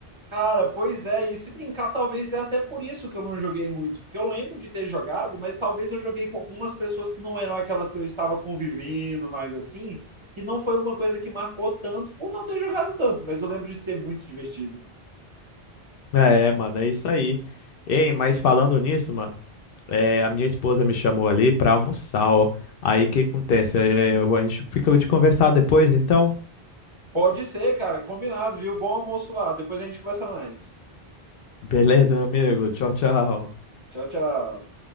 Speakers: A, on the right (about 35°); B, on the left (about 70°).
A: Cara, pois é, e se brincar, talvez é até por isso que eu não joguei muito, porque eu lembro de ter jogado, mas talvez eu joguei com algumas pessoas que não eram aquelas que eu estava convivendo, mas assim, que não foi uma coisa que marcou tanto por não ter jogado tanto, mas eu lembro de ser muito divertido.
B: É, mano, é isso aí. Ei, mas falando nisso, mano, é, a minha esposa me chamou ali pra almoçar, ó. Aí o que acontece? É, a gente fica de conversar depois, então.
A: Pode ser, cara, combinado, viu? Bom almoço lá, depois a gente conversa mais.
B: Beleza, meu amigo. Tchau, tchau.
A: Tchau, tchau.